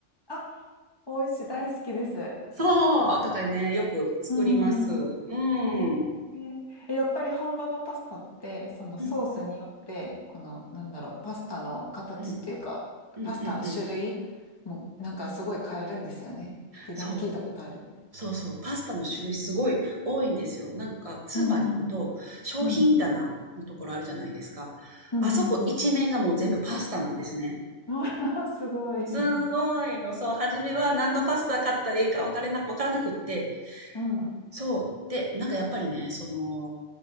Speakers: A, on the left; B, on the right.
A: あ、美味しい、大好きです。
B: そうとかね、よく作ります。
A: うんうんうん。
B: う
A: え
B: ん。
A: えやっぱり本場のパスタって、そのソースによって、
B: うん。
A: この、なんだろう、パスタの形っていうか、
B: うん。うんうんうん。
A: パスタの種類も、なんかすごい変えるんですよね。ってなんか聞いたことある。
B: そう。そうそう。パスタの種類すごい多いんですよ。なんかスーパーに行くと、
A: うんうん
B: 商品棚のところあるじゃないですか。
A: うん。うんうんうんうん。
B: あそこ一面がもう全部パスタなんですね。
A: うわ <laughs> すごい。
B: すごいの。そう、初めは何のパスタ買ったらいいか分からな、分からなくって、
A: うん。
B: そう。で、なんかやっぱりね、その、